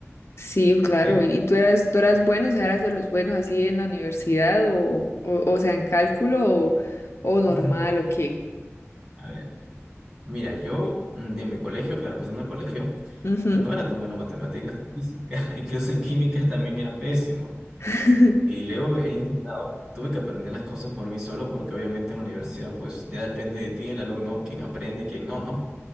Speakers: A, on the left; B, on the right.
A: Sí, claro.
B: ¿sí?
A: ¿Y tú eras, tú eras bueno, o sea, eras de los buenos así en la universidad o, o, o sea, en cálculo o, o normal
B: <laughs>
A: o qué?
B: A ver. Mira, yo mm, en mi colegio, claro, empezando el colegio,
A: Ujú.
B: no era tan bueno en matemáticas y física, <laughs> incluso en química también era pésimo.
A: <laughs>
B: Y luego he intentado, tuve que aprender las cosas por mí solo porque obviamente en la universidad pues ya depende de ti, el alumno, quién aprende y quién no, ¿no?